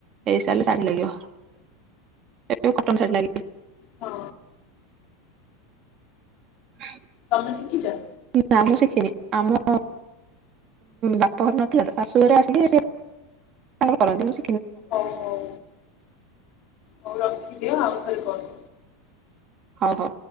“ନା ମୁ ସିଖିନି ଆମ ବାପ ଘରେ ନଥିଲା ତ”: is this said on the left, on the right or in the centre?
Right